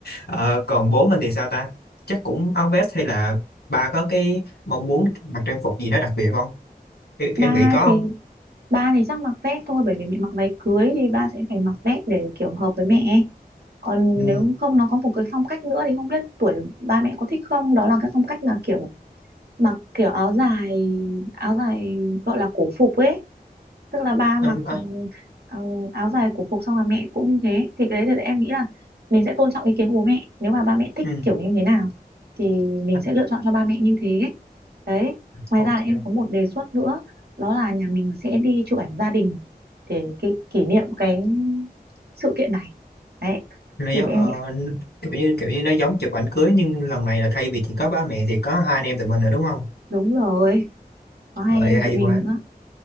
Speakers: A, on the left; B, on the right.
A: ờ, còn bố mình thì sao ta chắc cũng áo vest hay là bà có cái mong muốn mặc trang phục gì nó đặc biệt không em, em
B: ba
A: nghĩ có
B: thì
A: không
B: ba thì chắc mặc vest thôi bởi vì mẹ mặc váy cưới thì ba sẽ phải mặc vest để kiểu hợp với mẹ còn
A: ừ.
B: nếu không nó có một cái phong cách nữa thì không biết tuổi ba mẹ có thích không đó là cái phong cách là kiểu mặc kiểu áo dài áo dài gọi là cổ phục ấy tức là ba mặc
A: anh à,
B: ừ, áo dài cổ phục xong là mẹ cũng như thế thì cái đấy thì em nghĩ là mình sẽ tôn trọng ý kiến của bố mẹ nếu mà ba mẹ thích
A: ừ.
B: kiểu như thế nào thì mình
A: anh
B: sẽ lựa chọn cho ba mẹ như thế đấy ngoài
A: ok
B: ra là em có một đề xuất nữa đó là nhà mình sẽ đi chụp ảnh gia đình để kỷ, kỷ niệm cái sự kiện này đấy
A: nó giống
B: thì em
A: ờ, kiểu như kiểu như nó giống chụp ảnh cưới nhưng lần này là thay vì chỉ có ba mẹ thì có hai anh em tụi mình rồi đúng không
B: Đúng rồi, có hai
A: rồi
B: anh em
A: hay
B: tụi mình
A: quá
B: nữa.